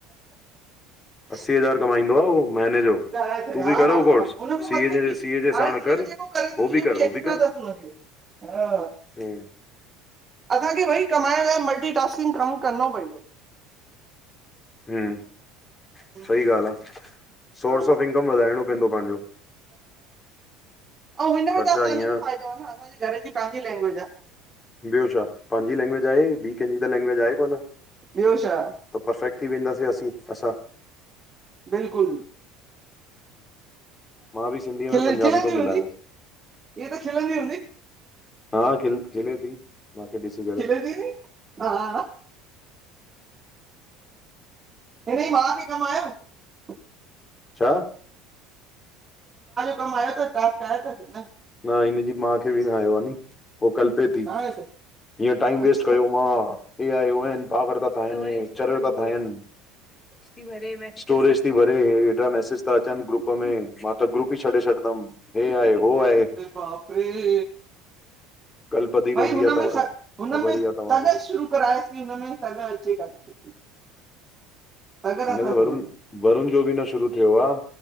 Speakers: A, on the right; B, on the left.
A: ह
B: असी हज़ार कमाईंदो आ उहो महीने जो
A: ॻाल्हाए छॾियो
B: तूं
A: हा
B: बि कर
A: हा
B: उहो कोर्स
A: हुन खां
B: सीए
A: मथे
B: जे
A: बि
B: सीए जे
A: हाणे
B: साण
A: इहो
B: कर
A: जेको करे थो
B: हो
A: इहो
B: बि कर हो
A: एक्स्ट्रा
B: बि कर
A: अथसि हुनखे हा
B: हम्म
A: असांखे भई कमाइण लाइ मल्टीटास्किंग कमु करणो पवंदो
B: हूं
A: हम्म,
B: सी ॻाल्हि आ सोर्स
A: हा
B: ऑफ इनकम वधाइणो पवंदो पंहिंजो
A: आऊं हिनमें
B: ख़र्चा
A: त असांजो
B: ईअं
A: बि फ़ाइदो आहे न असांजे घर जी पंहिंजी लैंग्वेज आ
B: ॿियो छा पंहिंजी लंग्वेज आहे ॿिए कंहिंजी त लैंगवेज आहे कोन
A: ॿियो छा
B: परफेक्ट थी वेंदासीं असीं असां
A: बिल्कुलु
B: मां बि सिंधीअ
A: खिल
B: में पंजाबी
A: खलंदी
B: थो मिलायां
A: हूंदी हीअ त खलंदी हूंदी
B: हा खिल खिले थी। मांखे ॾिसी करे
A: छिल दीदी हा दीदी मा थी कमायां
B: छा
A: कम आयो तवहां चाहियो था
B: न हिनजी माउ खे बि न आयो आहे न पोइ कलपे थी
A: न आयो त
B: हीअं टाइम
A: अच्छा
B: वेस्ट कयो मां पागल था ठाहिनि चरियो था ठाहिनि स्टोरेज थी भरे हेॾा मैसेज था अचनि ग्रुप में मां त ग्रुप ई छॾे छॾंदसु हे आहे हो आहे
A: भाभी
B: कलपदी
A: भई
B: रहंदी
A: हुनमें
B: आहे तव्हां ख़बर
A: हुनमें
B: ई आहे तव्हांखे
A: त शुरू कराइसि की हुनमें अचे कॾहिं सुठी सगर
B: हाणे
A: अथसि
B: त वरुण
A: हुन में
B: वरुण जो बि न शुरू थियो आहे